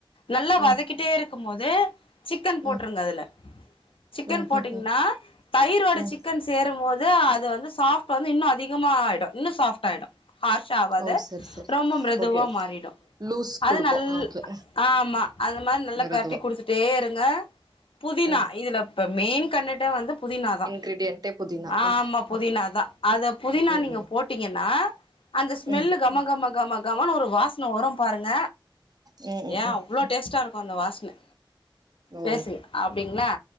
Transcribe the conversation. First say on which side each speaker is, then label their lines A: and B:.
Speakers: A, on the left; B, on the right.
A: நல்லா வதக்கிட்டே
B: ம்
A: இருக்கும் போது சிக்கன் போட்ருங்க
B: ம்
A: அதுல சிக்கன்
B: ம்
A: போட்டீங்கன்னா
B: ம் ம்
A: தயிரோடு
B: ம்
A: சிக்கன் சேரும்போது அது வந்து சாஃப்ட் வந்து இன்னொ அதிகமா ஆய்டு இன்னொ சாஃப்ட் ஆய்டு ஹார்ஷா ஆவாது
B: ஓ சரி சரி
A: ரொம்ப மிருதுவா
B: ஓகே ஓகே
A: மாறிடு
B: லூஸ்
A: அது
B: குடுக்கு
A: நல்
B: ஆ ஓகே அ
A: ஆமா அது மாரி நல்லா
B: மெருதுவா
A: பெர ட்டி குடுத்துட்டே இருங்க புதினா
B: ஆ
A: இதுல இப்ப மெயின் கண்டெண்டே வந்து புதினா தா
B: இன்கிரீடியன்ட்டே புதினா
A: ஆமா
B: ஆ
A: புதினா தா அத புதினா
B: ம்
A: நீங்க
B: ம்
A: போட்டிங்கன்னா அந்த ஸ்மெல்லு
B: ம்
A: கம கம கம கமன்னு ஒரு வாசன வரு பாருங்க
B: ம் ம்
A: ஏன்
B: ம்
A: அவ்ளோ டேஸ்டா இருக்கு அந்த வாசன
B: ஓ
A: பேசுங்க அப்டிங்ளா